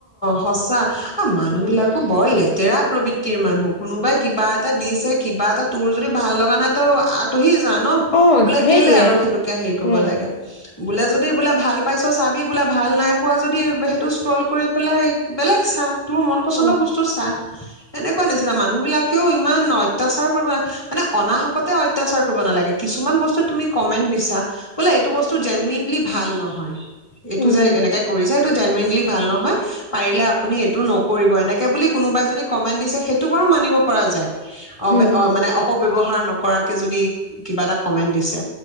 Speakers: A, on the left; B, on the left.
A: সঁচা। অ মানুহবলাকো
B: উম
A: বয় লে ডৰা প্ৰবৃত্তিৰ মানুহ কোনোবাই কিবা এটা দিছে কিবা এটা তোৰ যদি ভাল লগা নাই তই আঁতহি ন
B: অ
A: বোলে
B: সেইটোৱে
A: কেলে আৰু সেইটোকে হেৰি কৰিব
B: উম
A: লাগে বোলে যদি বোলে ভাল পাইছ চাবি বোলে ভাল নাই পোৱা যদি টো স্ক্ৰল কৰি পেলাই বেলেগ চা তোৰ মন পচন্দৰ
B: অ
A: বস্তু চা এেনেকুৱা নিচিনা মানুহবিলাকেও ইমান অত্যাচাৰ কৰিব মানে অনাহকতে অত্যাচাৰ কৰিব নালাগে কিছুমান বস্তু তুমি কমেণ্ট দিছা বোলে এইটো বস্তু জেনুৱনলি ভাল নহয়।
B: উম
A: এইটো যে কেনেকে কৰিছে। এইটো জেনুৱনলি ভাল নহয় পাৰিলে আপুনি এইটো নকৰিব এনেকে বুলি কোনোবাই যদি কমেন্ট দিছে সেইটো বাৰু মানিব পৰা যায়। অ
B: উম
A: অ মানে অপ ব্যৱহাৰ নকৰাকে যদি কিবা এটা কমেন্ট দিছে